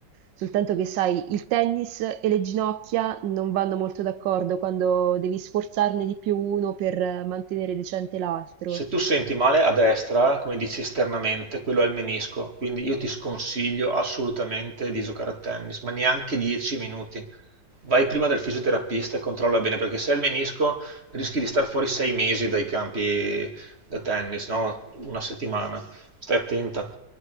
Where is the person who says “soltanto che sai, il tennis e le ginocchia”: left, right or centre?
Right